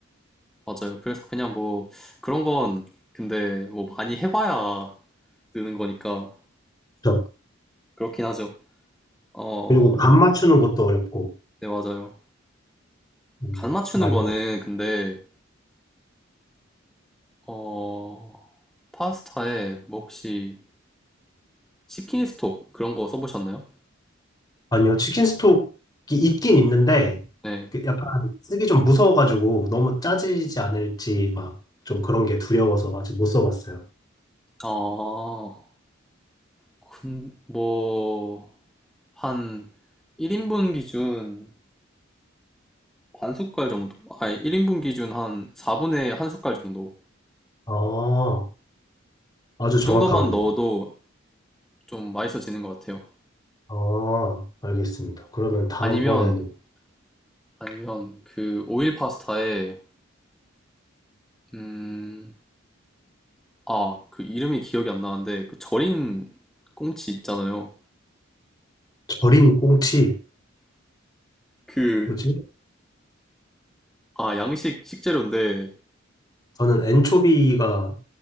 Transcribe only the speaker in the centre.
맞아요. 그래서 그냥 뭐 그런 건 근데 뭐 많이 해봐야 느는 거니까
그렇긴 하죠. 어,
네, 맞아요.
간 맞추는
거는 근데 어, 파스타에 뭐 혹시 치킨 스톡 그런 거 써보셨나요?
네.
아, 근, 뭐, 한 1인분 기준 반 숟갈 정도? 아니, 1인분 기준 한 4분의 한 숟갈 정도.
그
정도만 넣어도 좀 맛있어지는 것 같아요.
아니면 아니면 그 오일 파스타에 음, 아, 그 이름이 기억이 안 나는데 그 절인 꽁치 있잖아요.
그
아, 양식 식재료인데